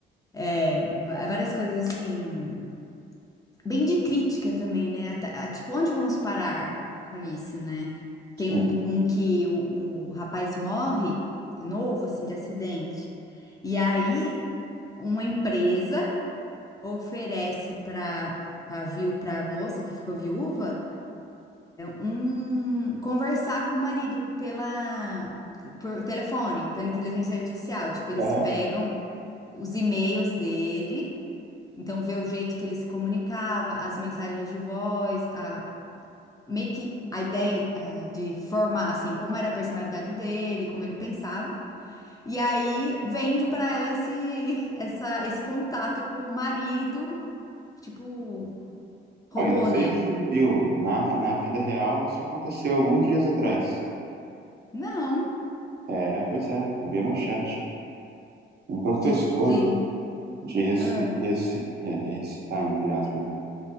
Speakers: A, on the left; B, on the right.
A: é, va- várias coisas assim bem de crítica também, né? Até- a- tipo, onde vamos parar com isso, né? Tem
B: sim.
A: um, um que o, o rapaz morre, novo, assim, de acidente. E aí, uma empresa oferece para para viu, para moça que ficou viúva, um conversar com o marido pela por telefone, pela inteligência artificial. Tipo, eles
B: Aham.
A: pegam os e-mails dele, então vê o jeito que ele se comunicava, as mensagens de voz, a, meio que a ideia eh, de formar, assim, como era a personalidade dele, como ele pensava. E aí vende pra ela esse, <laughs> essa, esse contato com o marido, tipo, robô,
B: Bom, e não sei
A: né?
B: se você viu, na, na vida real isso aconteceu alguns dias atrás.
A: Não,
B: É, pois é, eu vi a manchete. Um professor
A: de, de,
B: de ressusci-
A: ah,
B: ressusci- é, ressuscitar, entre aspas, né?